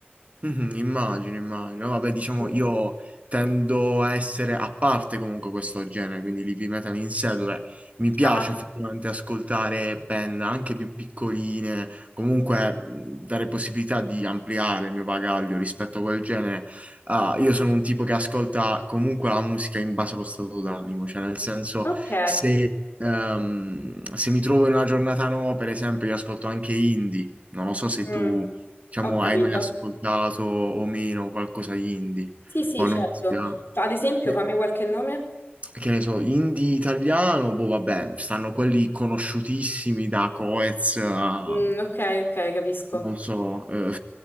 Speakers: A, on the right; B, on the left.
A: Mhm, immagino, immagino. Vabbè, diciamo,
B: Mm.
A: io tendo a essere a parte comunque questo genere, quindi l'heavy metal in sé, dove mi piace
B: Ah,
A: effettivamente ascoltare band anche più piccoline, comunque mh, dare possibilità di ampliare il mio bagaglio rispetto a quel genere. Ah, io sono un tipo che ascolta comunque la musica in base allo stato d'animo, cioè nel senso
B: ok,
A: se, ehm, se mi trovo in una giornata no, per esempio, io ascolto anche indie, non lo so se
B: Mm,
A: tu Diciamo,
B: ho capito.
A: hai mai ascoltato o meno qualcosa di indie?
B: Sì, sì,
A: O
B: certo.
A: non ti piace?
B: Fa- Ad esempio,
A: Eh,
B: fammi qualche nome.
A: Che ne so, indie italiano, boh, vabbè, stanno quelli conosciutissimi da Coez a,
B: Mm, ok, ok, capisco.
A: non so, eh,